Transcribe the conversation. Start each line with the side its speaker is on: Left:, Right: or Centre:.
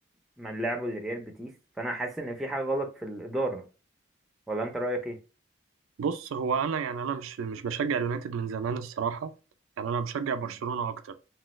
Centre: من لعبوا لريال بيتيس فانا حاسس ان في حاجة غلط في الإدارة ولا انت رأيك ايه؟
Right: بص هو انا يعني انا مش مش بشجع اليونايتد من زمان الصراحه يعني انا بشجع برشلونه
Centre: مم.
Right: اكتر